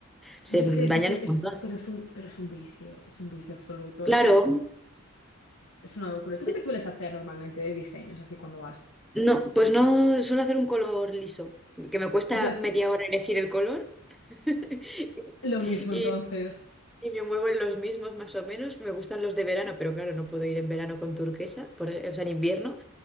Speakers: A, in the centre; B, on the left.
A: Se
B: yo
A: dañan
B: es que yo soy,
A: un
B: es-
A: montón.
B: pero es un, pero es un vicio, es un vicio absoluto.
A: Claro.
B: Es que es una locura.
A: Sí,
B: ¿Tú qué te
A: sí.
B: sueles hacer normalmente de diseños así cuando vas?
A: No, pues no suelo hacer un color liso, que me cuesta
B: O sea,
A: media hora elegir el color <laughs>
B: es lo mismo
A: y,
B: entonces.
A: y me muevo en los mismos más o menos. Me gustan los de verano, pero claro, no puedo ir en verano con turquesa, por- o sea, en invierno.